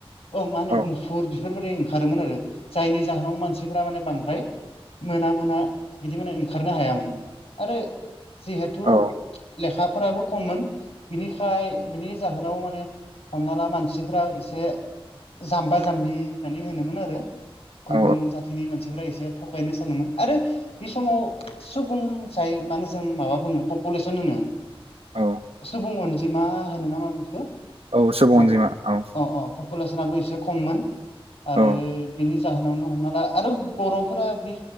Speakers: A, on the left (about 75°); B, on the right (about 75°).
A: अ मा होनो
B: औ
A: मुफुर बेफोरबायदि ओंखारोमोन आरो जायनि जाहोनाव मानसिफोरा माने बांद्राय मोना मोना बिदि माने ओंखारनो हायामोन आरो जिहेथु
B: औ
A: लेखाफोराबो खममोन बिनिखाय बिनि जाहोनाव माने हमना ला मानसिफ्रा एसे जाम्बा जाम्बि होननानै होनोमोन आरो गुबुन
B: औ
A: जाथिनि मानसिफ्रा एसे थगायनो सानोमोन आरो बे समाव सुबुं जाय मानो जों माबा बुङो पपुलेसन होनो
B: औ
A: सुबुं अनजिमा होनो नामा बेखो
B: औ सुबुं
A: अ
B: अनजिमा औ
A: अ अ पुलेसनाबो एसे खममोन आरो
B: औ
A: बिनि जाहोनावनो हमना ला आरो बर'फोरा बे